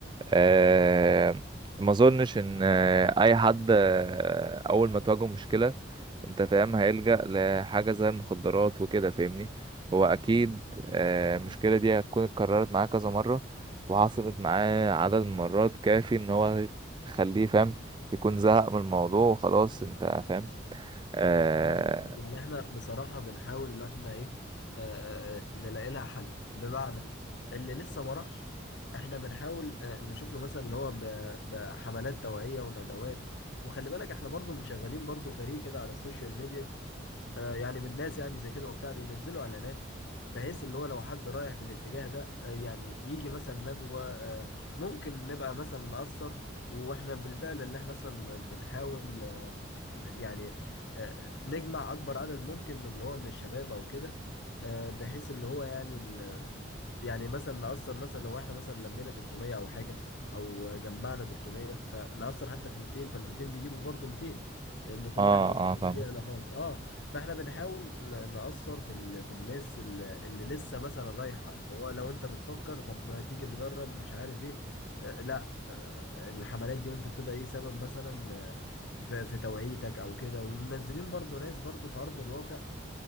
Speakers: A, on the right; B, on the left.
A: آه، ما اظنش ان آه، اي حد آه، اول ما تواجهه مشكلة انت فاهم هيلجأ لحاجة زي المخدرات وكده فاهمني هو اكيد آه، المشكلة دي هتكون اتكررت معاه كذا مرة وحصلت معاه عدد من مرات كافي ان هو تخليه فاهم يكون زهق من الموضوع وخلاص انت فاهم اه
B: اه يعني يعني احنا بصراحة بنحاول ان احنا ايه آه آه، آه، نلاقي لها حل بمعنى اللي لسه ما راحش احنا بنحاول آه نشوف له مثلا اللي هو ب- بحملات توعية وندوات وخلي بالك احنا برضو مشغلين برضو فريق كده على السوشيال ميديا آه، يعني من الناس يعني زي كده وبتاع بينزلوا اعلانات بحيث اللي هو لو حد رايح في الاتجاه ده آه، يعني يجي مثلا ندوة آه، ممكن نبقى مثلا نأثر واحنا بالفعل اللي احنا اصلا بنحاول آه، ن- يعني آه، آه، نجمع اكبر عدد ممكن من اللي هو من الشباب او كده آه، بحيث اللي هو يعني يعني مثلا نأثر مثلا لو احنا مثلا لمينا 300 او حاجه او جمعنا 300 فنأثر حتى في 200 فال 200 بيجيبوا برضه 200 لان كل
A: اه,
B: واحد برضه بيبقى
A: آه فاهم
B: ليه علاقات اه فاحنا بنحاول ن- نأثر في ال... في الناس اللي, اللي لسه مثلا رايحه اللي هو لو انت بتفكر طب ما تيجي تجرب مش عارف ايه آه لا آه الحملات دي ممكن تبقى ايه سبب مثلا آه، في, في توعيتك او كده ومنزلين برضه ناس برضه في ارض الواقع